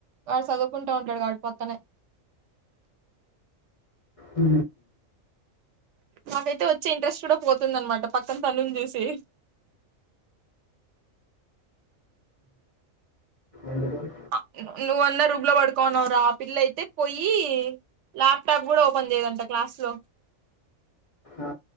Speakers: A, on the right; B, on the left.
A: వాడు చదువుకుంటా ఉంటాడు వాడు పక్కనే
B: ఉ
A: మాకైతే వచ్చే ఇంట్రెస్ట్ కూడా పోతుంది అనమాట పక్కన తనుని చూసి
B: ఎందుకు
A: ఆ ను నువ్వన్నా రూమ్ లో పడుకోన్నావు రా ఆ పిల్ల అయితే పోయి ల్యాప్టాప్ కూడా ఓపెన్ చేయదంట క్లాస్ లో
B: ఆ